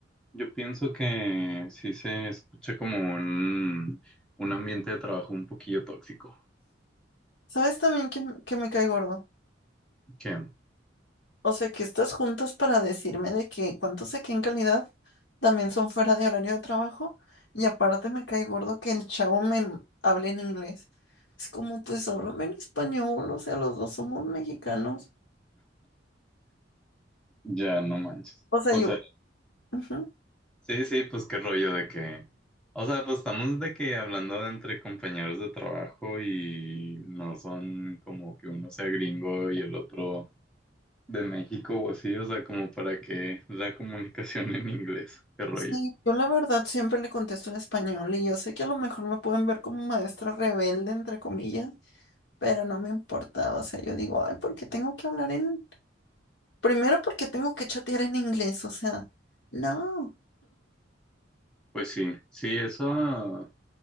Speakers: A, in the centre; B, on the left.
A: Yo pienso que sí se escucha como un, un ambiente de trabajo un poquillo tóxico,
B: ¿Sabes también que, que me cae gordo?
A: que
B: O sea, que estás juntas para decirme de que cuánto saqué en calidad también son fuera de horario de trabajo y aparte me cae gordo que el chavo me hable en inglés. Es como, pues háblame en español, o sea, los dos somos mexicanos.
A: ya no manches.
B: O sea,
A: O
B: yo,
A: sea,
B: ujú.
A: sí, sí, pues qué rollo de que, o sea, pues estamos de que hablando entre compañeros de trabajo y no son como que uno sea gringo y el otro de México o así, o sea, como para que la comunicación <laughs> en inglés, qué rollo.
B: Sí, yo la verdad siempre le contesto en español y yo sé que a lo mejor me pueden ver como maestra rebelde, entre comillas, pero no me importa. O sea, yo digo, ay, ¿por qué tengo que hablar en... Primero, porque tengo que chatear en inglés? O sea, no.
A: Pues sí, sí, eso